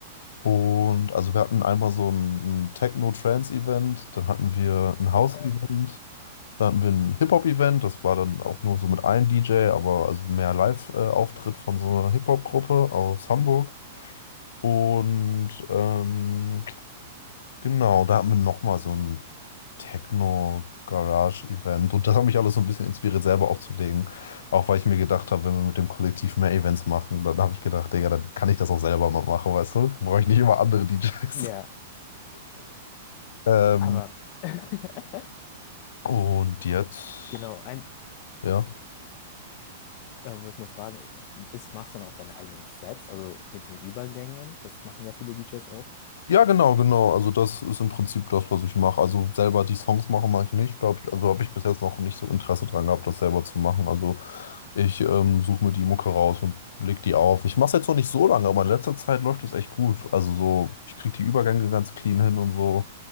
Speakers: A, on the left (about 80°); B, on the left (about 40°).
A: Und also wir hatten einmal so ein, ein Techno-Trance-Event, dann hatten wir ein House-Event,
B: Oh, geil.
A: dann hatten wir ein Hip-Hop-Event, das war dann auch nur so mit einem DJ, aber also mehr Live-Auftritt von so einer Hip-Hop-Gruppe aus Hamburg. Und ähm, genau, da hatten wir nochmal so ein Techno-Garage-Event. Und das hat mich alles so ein bisschen inspiriert, selber aufzulegen. Auch weil ich mir gedacht habe, wenn wir mit dem Kollektiv mehr Events machen, dann habe ich gedacht, Digga, dann kann ich das auch selber mal machen, weißt du? Brauche ich nicht immer andere DJs.
B: Ja,
A: Ähm,
B: aber <laughs>
A: und jetzt,
B: genau, ein,
A: ja.
B: äh, wollte nur fragen, ist, machst du dann auch deine eigenen Sets, also mit diesen Übergängen? Das machen ja viele DJs auch.
A: Ja, genau, genau. Also das ist im Prinzip das, was ich mache. Also selber die Songs machen mache ich nicht, glaube ich. Also habe ich bis jetzt noch nicht so Interesse dran gehabt, das selber zu machen. Also ich ähm, suche mir die Mucke raus und leg die auf. Ich mache es jetzt noch nicht so lange, aber in letzter Zeit läuft das echt gut. Also so, ich kriege die Übergänge ganz clean hin und so.